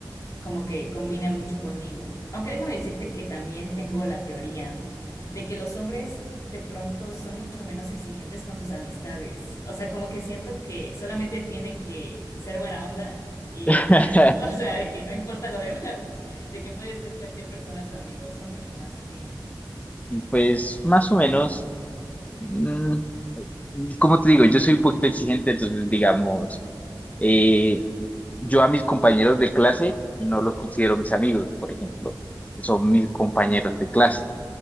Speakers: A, on the left (about 40°); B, on the left (about 20°).
A: como que combina mucho conmigo. Aunque déjame decirte que también tengo la teoría de que los hombres de pronto son mucho menos exigentes con sus amistades. O sea, como que siento que solamente tiene que ser buena onda y
B: <laughs>
A: ya. <laughs> O sea, de que no importa lo demás, de que puede ser cualquier persona tu amigo. Son mucho más así, ¿no?
B: Pues más o menos, mm, como te digo, yo soy un poquito exigente, entonces digamos, eh, yo a mis compañeros de clase no los considero mis amigos, por ejemplo, son mis compañeros de clase.